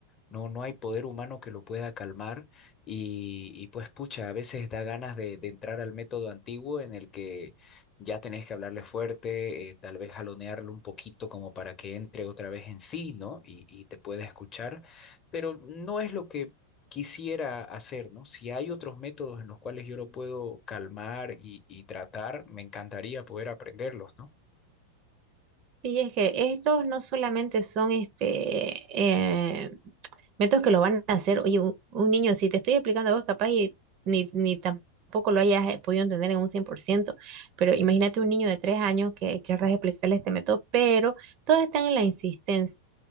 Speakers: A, on the left; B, on the right.
A: no, no hay poder humano que lo pueda calmar y, y pues pucha, a veces da ganas de, de entrar al método antiguo en el que ya tenés que hablarle fuerte, eh, tal vez jalonearlo un poquito como para que entre otra vez en sí, ¿no? Y, y te pueda escuchar, pero no es lo que quisiera hacer, ¿no? Si hay otros métodos en los cuales yo lo puedo calmar y, y tratar, me encantaría poder aprenderlos, ¿no?
B: y es que estos no solamente son este, eh, métodos que lo van a hacer. Oye, un, un niño, si te estoy explicando a vos, capaz y ni, ni tampoco lo hayas eh, podido entender en un cien por ciento pero imagínate un niño de tres años que querrás explicarle este método, pero todos están en la insistencia.